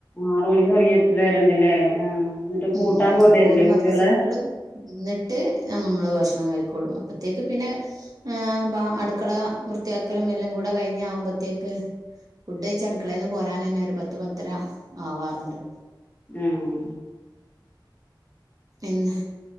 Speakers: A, on the left; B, on the right.
A: ആറ് മണിക്ക് തുടങ്ങി എട്ടര വരെണ്ടല്ലേ ആഹ് എന്നിട്ട്
B: ഉം
A: കൂട്ടാൻ പോണ്ടിവരില്ലേ
B: അപ്പൊ ഓര് മദ്രസ
A: കുട്ടികളെ
B: കുട്ടികളും നിന്നിട്ട് നമ്മള് ഭക്ഷണം കഴിക്കൊള്ളു അപ്പ അത്തേക്ക് പിന്നെ ആ അപ്പ അടുക്കള വൃത്തിയാക്കലും എല്ലാം കൂടെ കഴിഞ്ഞ ആകുമ്പത്തേക്ക് ഫുഡഴച്ച് അടുക്കളയിന്ന് പോരാൻ തന്നെ ഒരു പത്ത് പത്തര ആവാറുണ്ട്
A: ആഹ്
B: പിന്നെ